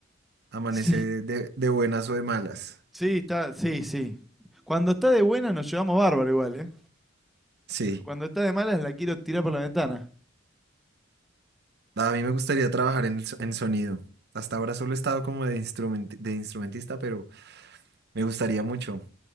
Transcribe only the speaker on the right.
Amanece
de, de buenas o de malas.
Sí,
a mí me gustaría trabajar en, el so- en sonido. Hasta ahora solo he estado como de, instrument- de instrumentista, pero me gustaría mucho,